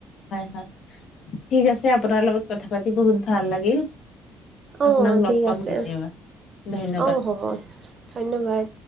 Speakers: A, on the left; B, on the right.
A: হয়। ঠিক আছে আপোনাৰ লগত কথা পাতি বহুত ভাল লাগিল।
B: অঁ,
A: আপোনাক লগ
B: ঠিক
A: পাম
B: আছে।
A: কেতিয়াবা ধন্যবাদ
B: অঁ, হ'ব, ধন্যবাদ।